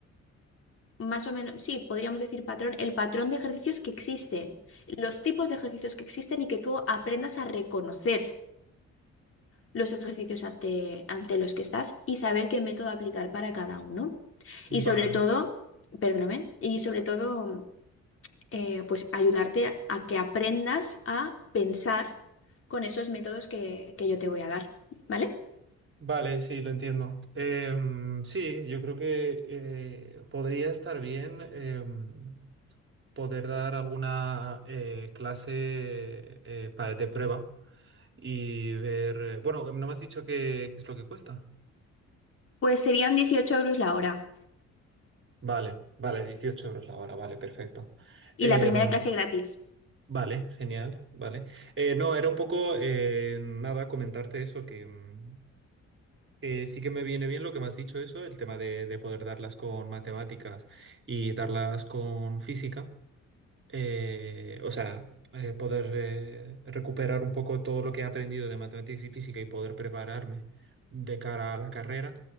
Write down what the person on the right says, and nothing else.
Vale.
Vale, sí, lo entiendo. Em, sí, yo creo que eh, podría estar bien em, poder dar alguna eh, clase eh, pa- de prueba y ver... eh, bueno, no me has dicho qué, qué es lo que cuesta.
Vale, vale, 18 euros la hora, vale, perfecto.
Em,
vale, genial, vale. Eh, no, era un poco, eh, nada, comentarte eso, que, mm, Eh, sí que me viene bien lo que me has dicho eso, el tema de, de poder darlas con matemáticas y darlas con física, eh, o sea, eh, poder eh, recuperar un poco todo lo que he aprendido de matemáticas y física y poder prepararme de cara a la carrera.